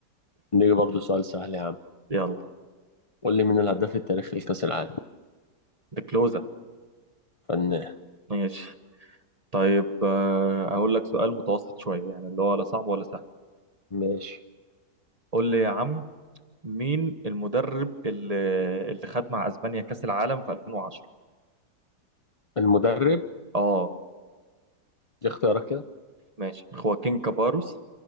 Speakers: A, on the left; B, on the right.
A: نيجي برضه سؤال سهل يا عم
B: يلا
A: قول لي مين الهداف التاريخي لكأس العالم
B: الكلوزة
A: فنان
B: ماشي طيب آه، أقول لك سؤال متوسط شوية يعني اللي هو لا صعب ولا سهل
A: ماشي
B: قول لي يا عم مين المدرب اللي اللي خد مع أسبانيا كأس العالم في 2010
A: المدرب
B: اه
A: دي اختيارات كده
B: ماشي خواكين كاباروس